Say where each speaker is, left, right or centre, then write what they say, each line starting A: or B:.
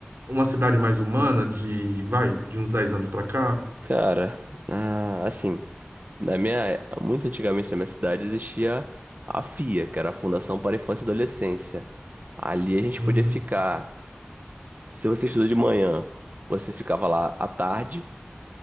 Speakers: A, on the right (about 80°); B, on the right (about 45°).
A: uma cidade mais humana de, vai, de uns 10 anos para cá.
B: Cara, ah, assim, na minha, muito antigamente na minha cidade existia a FIA, que era a Fundação para a Infância e Adolescência. Ali a gente
A: Uhum.
B: podia ficar. Se você estuda de manhã, você ficava lá à tarde.